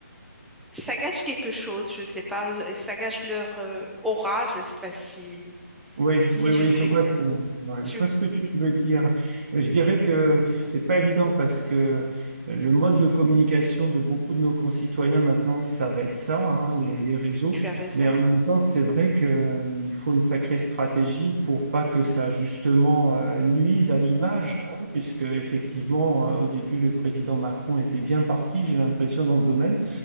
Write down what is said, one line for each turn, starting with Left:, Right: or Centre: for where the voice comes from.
Centre: ça gâche quelque chose, je sais pas, euh, ça gâche leur euh, aura, je sais pas si,
Right: Oui,
Centre: si
Right: oui, oui,
Centre: je suis
Right: je vois
Centre: claire.
Right: ce, ouais,
Centre: Tu,
Right: je vois ce que tu veux dire. Je dirais que c'est pas évident parce que le mode de communication de beaucoup de nos concitoyens maintenant, ça va être ça, hein, les, les réseaux.
Centre: tu as raison.
Right: Mais en même temps, c'est vrai qu'il faut une sacrée stratégie pour pas que ça justement euh, nuise à l'image, hein, puisque effectivement, euh, au début, le président Macron était bien parti, j'ai l'impression, dans ce domaine.